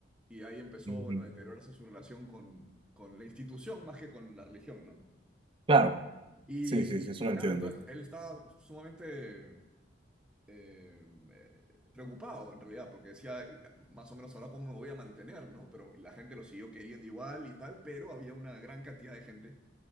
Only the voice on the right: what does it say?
ujú,
claro,
sí, sí, sí, eso
lo
entiendo.